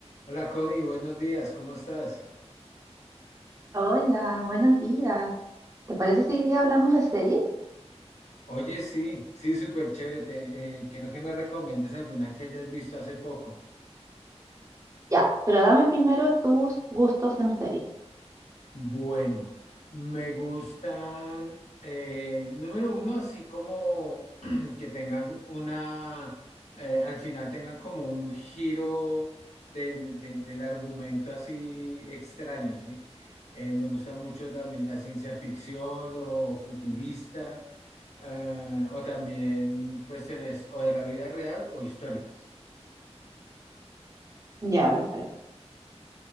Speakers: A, on the left; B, on the right.
A: Hola Connie, buenos días, ¿cómo estás?
B: Hola, buenos días. ¿Te parece si hoy día hablamos de series?
A: Oye, sí, sí, súper chévere. te- eh, quiero que me recomiendes alguna que hayas visto hace poco.
B: Ya, pero dame primero tus gustos en serie.
A: Bueno, me gustan, eh, número uno, así como <clears throat> que tengan una, eh, al final tengan como un giro del, del, del argumento así extraño, ¿sí? Eh, me gusta mucho también la ciencia ficción, lo futurista, eh, o también cuestiones o de la vida real o históricas. así.
B: Ya, perfecto.